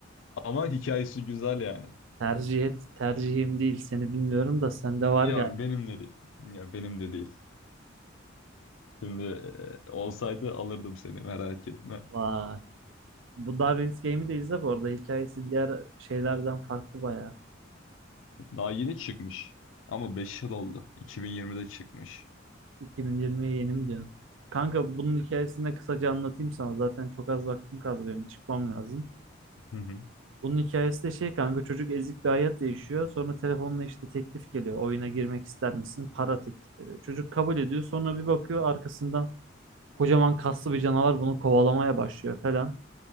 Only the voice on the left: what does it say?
<laughs> Ama hikayesi güzel yani.
Ya
benim de değil. Ya benim de değil. Şimdi e, olsaydı alırdım seni merak etme.
Daha yeni çıkmış. Ama 5 yıl oldu. 2020'de çıkmış.
Hı hı.